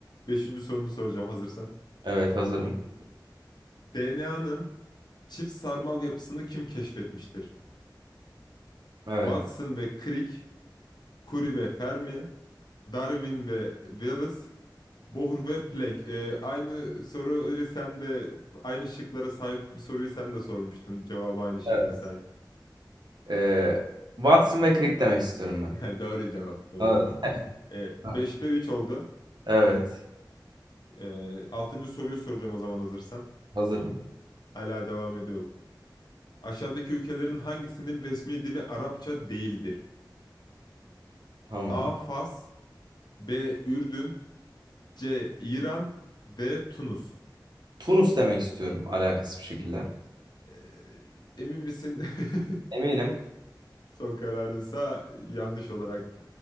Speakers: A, on the left; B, on the right.
A: Beşinci sorunu soracağım hazırsan.
B: evet hazırım.
A: DNA'nın çift sarmal yapısını kim keşfetmiştir?
B: Evet,
A: Watson ve Crick, Curie ve Fermi, Darwin ve Wallace, Bohr ve Planck. Ee, aynı soruyu sen de aynı şıklara sahip bir soruyu sen de sormuştun. Cevabı aynı şıkka
B: evet.
A: sahip.
B: Ee, Watson ve Crick demek istiyorum ben.
A: <laughs> Doğru cevap, doğru
B: Evet.
A: cevap. Ee,
B: Ha.
A: 5'te 3 oldu.
B: Evet,
A: Ee, 6. soruyu soracağım o zaman hazırsan.
B: hazırım.
A: Hala devam ediyor. Aşağıdaki ülkelerin hangisinin resmi dili Arapça değildir?
B: Tamam.
A: A. Fas B. Ürdün C. İran D. Tunus.
B: Tunus demek istiyorum alakasız bir şekilde.
A: Ee, emin misin? <laughs>
B: Eminim.
A: Son kararınsa yanlış olarak